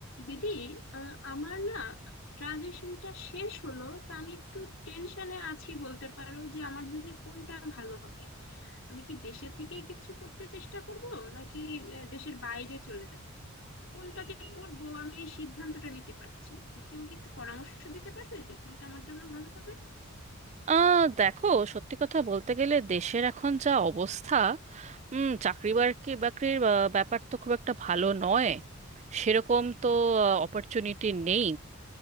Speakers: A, on the left (about 60°); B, on the right (about 30°).
A: দিদি আহ, আমার না গ্রাজুয়েশনটা শেষ হলো তো আমি একটু টেনশনে আছি বলতে পারো যে আমার জন্য কোনটা ভালো হবে আমি কি দেশে থেকে কিছু করতে চেষ্টা করব নাকি আহ, দেশের বাইরে চলে যাব কোনটা যে করব আমি এই সিদ্ধান্তটা নিতে পারছি না তো তুমি কি আমাকে একটু পরামর্শ দিতে পারবে যে কোনটা আমার জন্য ভালো হবে
B: আহ দেখো সত্যি কথা বলতে গেলে দেশের এখন যা অবস্থা উম চাকরি বাকরি বাকরির আহ, ব্যাপার তো খুব একটা ভালো নয় সেরকম তো অপরচুনিটি নেই